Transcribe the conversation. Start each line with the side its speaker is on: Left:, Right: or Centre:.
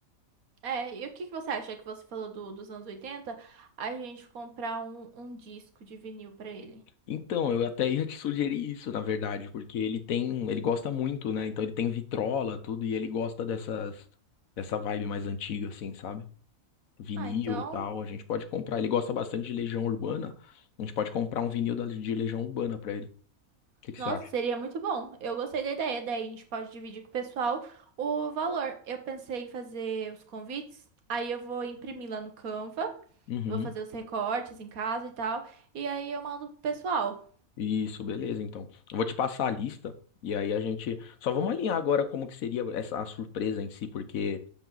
Right: É, e o que que você acha que você falou do- dos anos 80, A gente comprar um, um disco de vinil pra ele.
Left: Então, eu até ia te sugerir isso, na verdade, porque ele tem, ele gosta muito, né? Então ele tem vitrola, tudo e ele gosta dessas dessa vibe mais antiga assim, sabe? Vinil,
Right: Ah, então
Left: e tal, a gente pode comprar. Ele gosta bastante de Legião Urbana. A gente pode comprar um vinil da- de Legião Urbana pra ele. O que que
Right: Nossa,
Left: você acha?
Right: seria muito bom. Eu gostei da ideia. Daí a gente pode dividir com o pessoal o valor. Eu pensei em fazer os convites, aí eu vou imprimir lá no Canva,
Left: Uhum.
Right: vou fazer os recortes em casa e tal, e aí eu mando pro pessoal.
Left: Isso, beleza, então. Eu vou te passar a lista e aí a gente só vamos alinhar agora como que seria essa a surpresa em si, porque